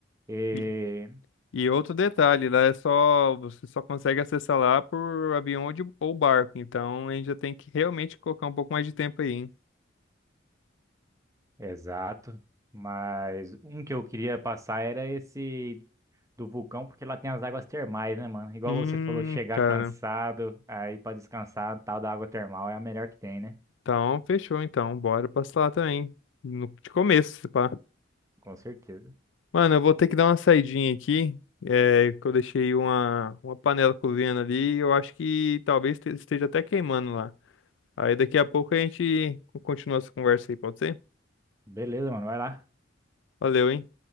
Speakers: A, on the right; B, on the left.
A: E-
B: E e outro detalhe, lá é só, você só consegue acessar lá por avião ou de- ou barco, então a gente já tem que realmente colocar um pouco mais de tempo aí, hein?
A: Exato. Mas um que eu queria passar era esse do vulcão, porque lá tem as águas termais, né, mano? Igual
B: Hum,
A: você falou, chegar
B: cara.
A: cansado, aí pra descansar, tal da água termal é a melhor que tem, né?
B: Então, fechou então. Bora passar lá também. No, de começo, se pá.
A: Com certeza.
B: Mano, eu vou ter que dar uma saidinha aqui. É, que eu deixei uma, uma panela cozinhando ali. Eu acho que talvez este- esteja até queimando lá. Aí daqui a pouco a gente continua essa conversa aí, pode ser?
A: Beleza, mano, vai lá.
B: Valeu, hein?